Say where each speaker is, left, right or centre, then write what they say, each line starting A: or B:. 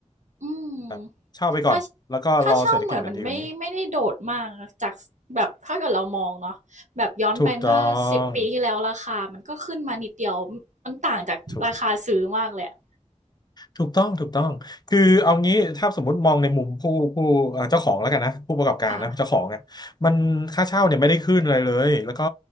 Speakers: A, on the right; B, on the left.
A: อืม
B: ครับเช่าไปก่อนแล้วก็รอเศรษฐกิจมันดีกว่านี้
A: ค่าค่าเช่าเหมือนมันไม่ไม่ได้โดดมากจากแบบถ้าเกิดเรามองเนาะแบบย้อนไปเมื่อสิบปีที่แล้วราคามันก็ขึ้นมานิดเดียวมันต่างจากราคาซื้อมากเลยอะ
B: ถูกต้องถูก ถูกต้องถูกต้องคือเอางี้ถ้าสมมติมองในมุมผู้ผู้เอ่อเจ้าของแล้วกันนะผู้ประกอบการนะเจ้าของอ่ะมันค่าเช่าเนี่ยไม่ได้ขึ้นอะไรเลยแล้วก็
A: ค่ะ